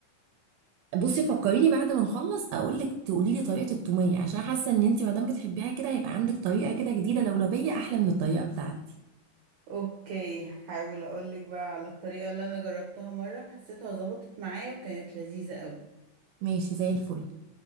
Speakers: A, on the right (about 90°); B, on the right (about 75°).
A: بصي فكريني بعد ما نخلص اقول لك تقولي لي طريقه التوميه عشان حاسه ان انت ما دام بتحبيها كده هيبقى عندك طريقه كده جديده لولبيه احلى من الطريقه بتاعتي
B: اوكي هحاول اقولك بقى على الطريقة اللي انا جربتها مرة حسيتها ظبطت معايا وكانت لذيذة قوي
A: ماشي زي الفل